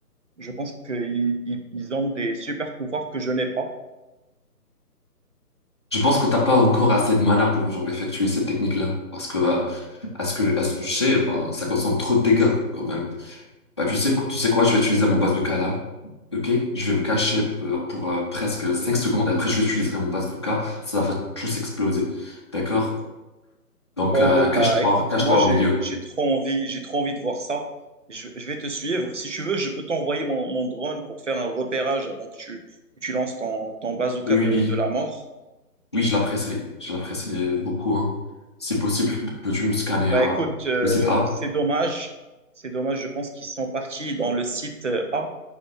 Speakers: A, on the right (about 50°); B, on the left (about 15°).
A: Je pense qu'ils ils- ils ont des super pouvoirs que je n'ai pas.
B: Je pense que t'as pas encore assez de mana pour genre effectuer cette technique-là, parce que euh, à ce que à ce que je sais, ben, ça consomme trop de dégâts quand même. Bah tu sais tu sais quoi, je vais utiliser mon bazooka là, ok? Je vais me cacher pour, pour, euh, presque 5 secondes, et après je vais utiliser mon bazooka, ça va tous exploser, d'accord? Donc
A: Ouais,
B: euh,
A: ouais, bah
B: cache-toi,
A: écoute,
B: cache-toi
A: moi j'ai
B: au milieu.
A: j'ai trop envie, j'ai trop envie de voir ça. Je, je vais te suivre. Si tu veux, je peux t'envoyer mon, mon drone pour faire un repérage avant que tu, que tu lances ton, ton bazooka
B: Oui oui
A: de,
B: oui,
A: de la mort.
B: Oui, je la presserai, je la presserai beaucoup hein. Si possible, peux-tu me scanner
A: Bah
B: euh,
A: écoute, euh,
B: le site A?
A: c'est dommage. C'est dommage, je pense qu'ils sont partis dans le site euh, A.